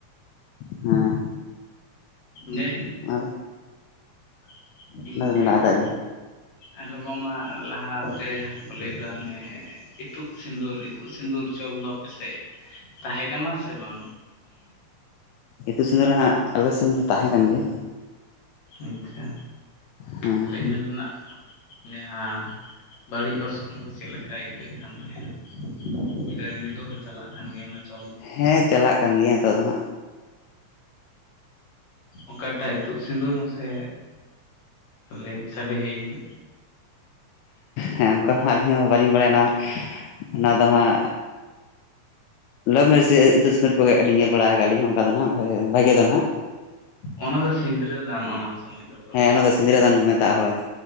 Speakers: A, on the left; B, on the left.
A: ᱦᱮᱸ
B: ᱫᱮ
A: ᱚᱱᱟ ᱫᱚ
B: <unintelligible> ᱤᱱᱠᱟᱹ
A: ᱚᱱᱟ ᱫᱚ ᱢᱮᱱᱟᱜ
B: ᱜᱮ
A: ᱟᱠᱟᱫ ᱜᱮᱭᱟ
B: ᱟᱫᱚ ᱵᱟᱝᱢᱟ ᱞᱟᱦᱟᱛᱮ ᱡᱟᱦᱟᱸ ᱠᱚ ᱞᱟᱹᱭᱫᱟ ᱦᱟᱱᱮ ᱤᱛᱩᱫ ᱥᱤᱸᱫᱩᱨ ᱤᱛᱩᱫ ᱥᱤᱸᱫᱩᱨ ᱪᱚᱞ ᱫᱚ ᱟᱯᱮ ᱥᱮᱜ ᱛᱟᱦᱮᱸ ᱠᱟᱱᱟ ᱥᱮ ᱵᱟᱝ?
A: ᱤᱛᱩᱜ ᱥᱤᱸᱫᱩᱨ ᱦᱟᱸᱜ ᱟᱞᱮ ᱥᱮᱱ ᱫᱚ ᱛᱟᱦᱮᱸ ᱠᱟᱱ ᱜᱮᱭᱟ᱾
B: ᱟᱪᱪᱷᱟ
A: ᱦᱮᱸ
B: ᱛᱟᱦᱚᱞᱮ ᱤᱱᱟᱹ ᱨᱮᱱᱟᱜ ᱡᱟᱦᱟᱸ ᱵᱟᱹᱲᱤᱡ ᱚᱨᱥᱚᱝ ᱫᱚ ᱪᱮᱫ ᱞᱮᱠᱟ ᱟᱹᱭᱠᱟᱹᱜ ᱠᱟᱱ ᱛᱟᱦᱮᱸᱜᱼᱟ? ᱥᱮ ᱱᱤᱛᱚᱜ ᱦᱚᱸ ᱪᱟᱞᱟᱜ ᱠᱟᱱ ᱜᱮᱭᱟ ᱢᱟ ᱪᱮᱫ?
A: ᱦᱮᱸ ᱪᱟᱞᱟᱜ ᱠᱟᱱ ᱜᱮᱭᱟ ᱱᱤᱛᱚᱜ ᱫᱚ ᱦᱟᱸᱜ
B: ᱚᱠᱟᱴᱟᱜ ᱤᱛᱩᱫ ᱥᱤᱸᱫᱩᱨ ᱢᱟ ᱥᱮ ᱞᱮ ᱥᱟᱰᱮᱭᱟᱹᱧ ᱢᱮ
A: ᱦᱮᱸ ᱚᱝᱠᱟ ᱦᱚᱸ ᱵᱟᱹᱞᱤᱧ ᱦᱚᱸ ᱵᱟᱹᱞᱤᱧ ᱵᱟᱲᱟᱭᱟ ᱱᱚᱣᱟ, ᱱᱚᱣᱟ ᱫᱚ ᱦᱟᱸᱜ ᱞᱚᱵ ᱢᱮᱨᱮᱡ ᱥᱮ ᱤᱛᱩᱫ ᱥᱤᱱᱫᱩᱨ ᱠᱚᱨᱮᱜ ᱟᱹᱞᱤᱧ ᱧᱮᱞ ᱵᱟᱲᱟ ᱟᱠᱟᱜᱼᱟᱞᱤᱧ ᱚᱱᱠᱟ ᱫᱚ ᱱᱟᱦ ᱵᱷᱟᱜᱮ ᱫᱚ ᱱᱟᱦᱟᱜ
B: ᱚᱱᱟ ᱫᱚ ᱥᱤᱱᱫᱽᱨᱟᱹ ᱫᱟᱱ ᱚᱱᱟ ᱥᱚᱢᱚᱭ ᱫᱚᱠᱚ ᱞᱟᱹᱭᱟ
A: ᱚᱱᱟ ᱫᱚ
B: ᱦᱮᱸ
A: ᱥᱤᱸᱫᱽᱨᱟᱹ
B: ᱥᱮ
A: ᱫᱟᱱ ᱠᱚ ᱢᱮᱛᱟᱜᱼᱟ ᱦᱳᱭ